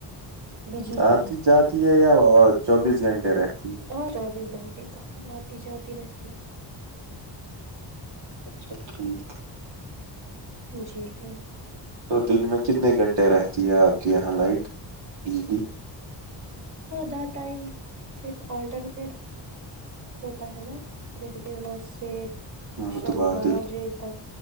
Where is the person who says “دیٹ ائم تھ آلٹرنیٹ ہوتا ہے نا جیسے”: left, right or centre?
Right